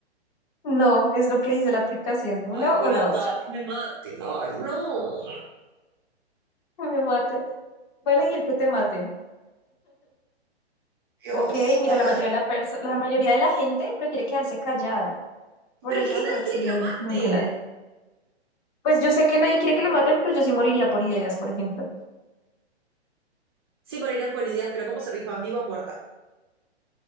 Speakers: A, on the left (about 40°); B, on the right (about 25°).
A: <laughs> no, es lo que dice la aplicación, una
B: Ay,
A: o
B: bueno,
A: la
B: está,
A: otra.
B: que me maten. Ay, no.
A: <laughs> Me maten. Voy a elegir que te maten.
B: Dios,
A: Ok, mira,
B: a
A: la
B: ver,
A: mayoría de la perso- la mayoría de la gente prefiere quedarse callada. Por
B: Pero
A: eso
B: es que nadie
A: no exigen
B: quiere que lo maten.
A: nunca nada. Pues yo sé que nadie quiere que lo maten, pero yo sí moriría por ideas, por ejemplo.
B: Sí, morirás por heridas, pero ¿cómo servís más, viva o muerta?